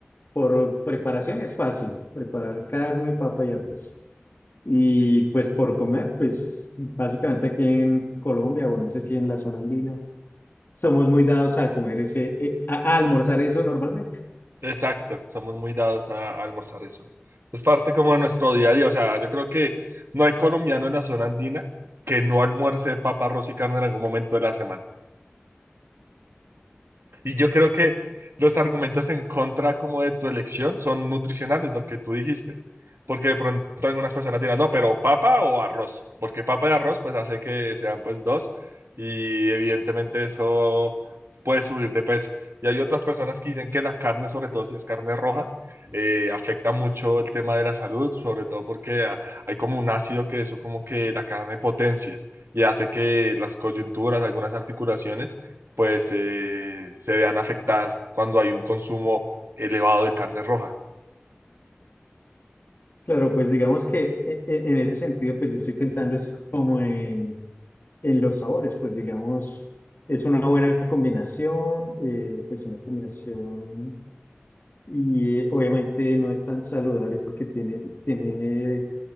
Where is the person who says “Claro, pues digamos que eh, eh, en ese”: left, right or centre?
Left